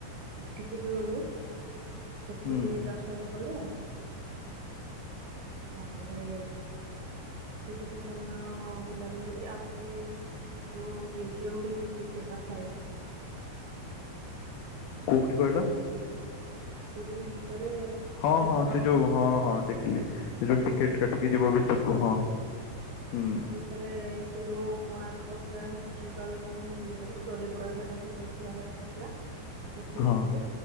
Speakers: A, on the right (about 75°); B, on the left (about 85°).
A: ସେଠିକି ବି ଗଲୁ ସେଠି
B: ହୁଁ
A: ବି ଦର୍ଶନ କଲୁ। ତାପରେ ସେଠି କିଛି ସମୟ ବୁଲାବୁଲି କରି ଆଉ ଗୋଟେ ଯୋଉ ମି ଉଜିଅମ ବି ହେଇଚି ସେ ପାଖରେ।
B: କୋଉଠି କହିଲ?
A: <unintelligible>
B: ହଁ
A: କେବଳ
B: ହଁ ସେ ଯୋଉ ହଁ ହଁ ଦେଖିଲି। ଏ ଯୋଉ
A: ବୁଝିପାରିଲ
B: ଟିକେଟ କାଟିକି
A: ତ
B: ଯିବ ଭିତରକୁ ହଁ ହୁଁ।
A: ପରେ ସେ ଯୋଉ କୋଣାର୍କର ପୁରା ହିଷ୍ଟରିକାଲ ମାନେ ଇଏ ଗୋଟେ ଷ୍ଟୋରି ଗୁଡା ସେଟା ସବୁ ଦେଖିବାର ଅଛି। ହେଲା। ସେଠି
B: ହଁ
A: ଦେଖିଲୁ